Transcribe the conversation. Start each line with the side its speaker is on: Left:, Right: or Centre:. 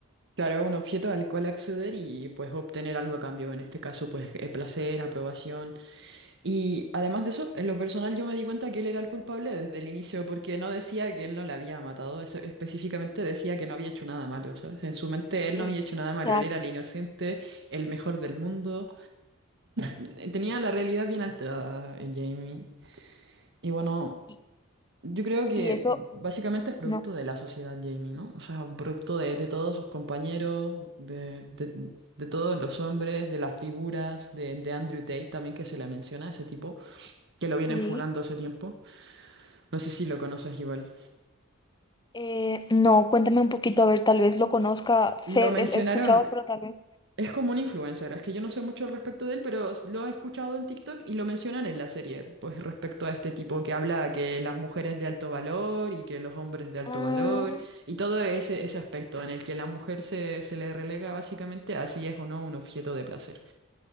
Right: Claro, un objeto al cual acceder y pues obtener algo a cambio, en este caso pues eh, placer, aprobación. Y además de eso, en lo personal yo me di cuenta que él era el culpable desde el inicio, porque no decía que él no la había matado, es- específicamente decía que no había hecho nada malo, ¿sabes? En su mente él
Left: Exacto.
Right: no había hecho nada malo, él era el inocente, el mejor del mundo. Mm, Tenía la realidad bien alterada, eh, Jamie. Y bueno,
Left: Y,
Right: yo creo que
Left: y eso,
Right: básicamente es producto
Left: no,
Right: de la sociedad, Jamie, ¿no? O sea, producto de, de todos sus compañeros, de, de- de todos los hombres, de las figuras, de, de Andrew Tate también que se le menciona, ese tipo que lo vienen
Left: sí.
Right: funando hace tiempo. No sé si lo conoces igual.
Left: Eh, no, cuéntame un poquito, a ver, tal vez lo conozca, sé,
Right: Lo mencionaron,
Left: he, he escuchado, pero tal vez.
Right: es como un influencer, es que yo no sé mucho al respecto de él, pero s- lo he escuchado en TikTok y lo mencionan en la serie, pues respecto a este tipo que habla que las mujeres de alto valor y que los hombres de alto
Left: Ah,
Right: valor y todo ese, ese aspecto en el que la mujer se, se le relega básicamente a si es o no un objeto de placer.